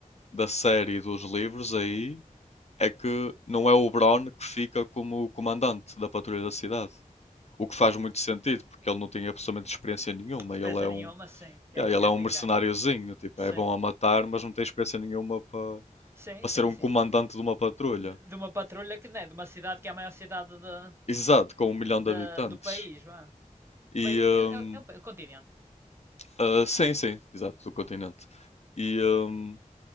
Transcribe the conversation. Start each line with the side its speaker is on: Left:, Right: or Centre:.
Left: da série e dos livros aí é que não é o Bron que fica como o comandante da patrulha da cidade. O que faz muito sentido, porque ele não tem absolutamente experiência nenhuma.
Right: Experiência
Left: Ele é um,
Right: nenhuma, sim. Quem
Left: yeah,
Right: é que
Left: ele
Right: ia
Left: é um
Right: ficar?
Left: mercenáriozinho, tipo,
Right: Sim.
Left: é bom a matar, mas não tem experiência nenhuma para
Right: Sim,
Left: para
Right: sim,
Left: ser um
Right: sim.
Left: comandante de uma patrulha.
Right: De, de uma patrulha que, não é De uma cidade que é a maior cidade da
Left: Exato, com um milhão
Right: da-
Left: de habitantes.
Right: do país, vá.
Left: E
Right: país
Left: hum,
Right: é, é- é o, continente.
Left: ah, sim, sim, exato, do continente. E hum,